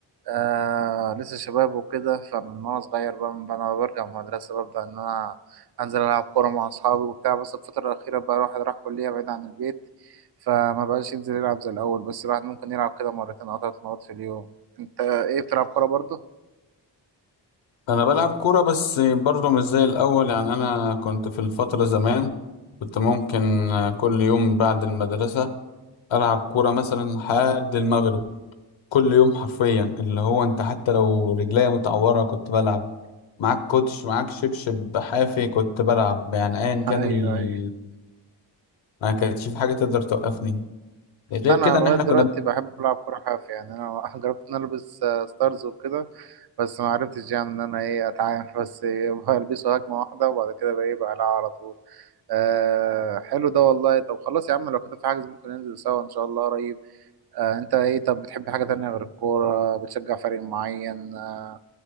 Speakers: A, on the right; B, on the left.
A: آه لسه شباب وكده فمن وانا صغير بقى من انا برجع من المدرسه ببدا ان انا انزل العب كوره مع اصحابي وبتاع بس الفتره الاخيره بقى الواحد راح كليه بعيد عن البيت فما بقاش ينزل يلعب زي الاول بس الواحد ممكن يلعب كده مرتين او ثلاث مرات في اليوم انت ايه بتلعب كوره برضه
B: انا بلعب كوره بس برضه مش زي الاول يعني انا كنت في الفتره زمان كنت ممكن آه، كل يوم بعد المدرسه العب كوره
A: مم.
B: مثلا لحد المغرب كل يوم حرفيا اللي هو انت حتى لو رجليا متعوره كنت بلعب معاك كوتش معاك شبشب حافي كنت بلعب يعني ايا
A: <laughs>
B: كان
A: ايوه
B: ال...
A: ايوه
B: ما كانتش في حاجه تقدر توقفني غير
A: لا، انا
B: كده
A: لغايه
B: ان احنا
A: دلوقتي
B: كنا
A: بحب العب كوره حافي يعني انا <laughs> جربت ان أنا البس آه، ستارز وكده بس ما عرفتش يعني ان انا ايه اتعامل بس إيه، <laughs> بلبسه هجمه واحده وبعد كده بقى ايه بقلعها على طول آه حلو ده والله طب خلاص يا عم لو كده في حاجز ممكن ننزل سوا ان شاء الله قريب آه انت ايه طب بتحب حاجة تانية غير الكورة بتشجع فريق معين آه